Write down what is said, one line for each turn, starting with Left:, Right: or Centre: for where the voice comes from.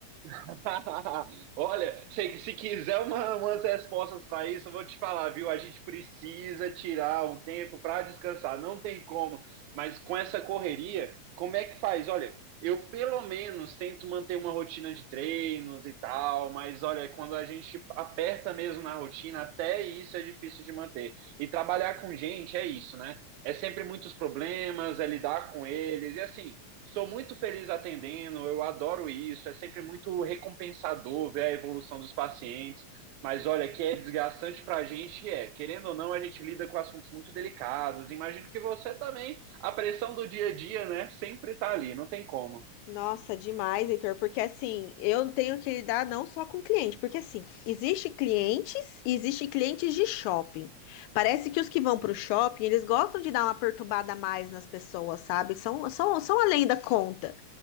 Right: <laughs> Olha, se, se quiser uma- umas respostas para isso, eu vou te falar, viu? A gente precisa tirar um tempo para descansar, não tem como. Mas com essa correria, como é que faz? Olha, eu pelo menos tento manter uma rotina de treinos e tal, mas olha, quando a gente aperta mesmo na rotina, até isso é difícil de manter. E trabalhar com gente é isso, né? É sempre muitos problemas, é lidar com eles, e assim sou muito feliz atendendo, eu adoro isso, é sempre muito recompensador ver a evolução dos pacientes. Mas olha, que é desgastante para a gente, é. Querendo ou não, a gente lida com assuntos muito delicados. Imagino que você também, a pressão do dia a dia, né, sempre está ali, não tem como.
Left: Nossa, demais, Heitor, porque assim, eu tenho que lidar não só com cliente, porque assim, existe clientes e existe clientes de shopping. Parece que os que vão para o shopping, eles gostam de dar uma perturbada a mais nas pessoas, sabe? São, são, são além da conta.